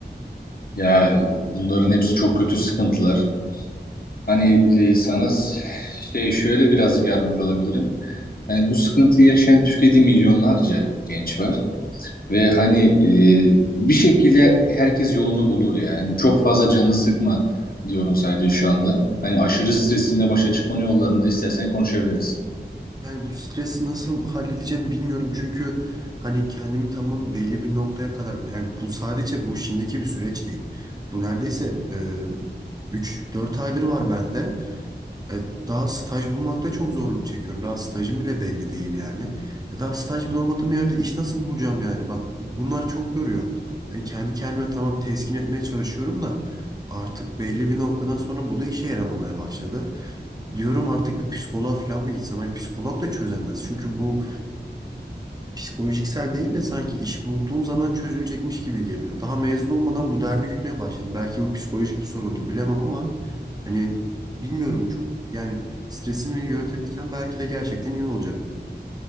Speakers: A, on the left; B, on the right.
A: Ya bunların hepsi çok kötü sıkıntılar. Hani e, sana s- şey şöyle birazcık yardımcı olabilirim. Hani bu sıkıntıyı yaşayan Türkiye'de milyonlarca genç var. Ve hani e, bir şekilde herkes yolunu bulur ya. Hani çok fazla canını sıkma diyorum sadece şu anda. Hani aşırı stresinle başa çıkmanın yollarını da istersen konuşabiliriz.
B: Yani bu stresi nasıl halledeceğim bilmiyorum. Çünkü hani kendimi tamam belli bir noktaya kadar yani bu sadece bu şimdiki bir süreç değil. Bu neredeyse e, üç dört aydır var bende. E, Daha staj bulmakta çok zorluk çekiyorum. Daha stajım bile belli değil yani. E, Daha staj bulamadığım yerde iş nasıl bulacağım yani? Bak bunlar çok yoruyor. Hani kendi kendime tamam teskin etmeye çalışıyorum da artık belli bir noktadan sonra bu da işe yaramamaya başladı. Diyorum artık bir psikoloğa falan mı gitsem? Hani psikolog da çözemez. Çünkü bu psikolojiksel değil de sanki iş bulduğum zaman çözülecekmiş gibi geliyor. Daha mezun olmadan bu derdi gütmeye başladım. Belki bu psikolojik bir sorundur bilemem ama hani bilmiyorum çok yani stresimi yönetebilsem belki de gerçekten iyi olacak.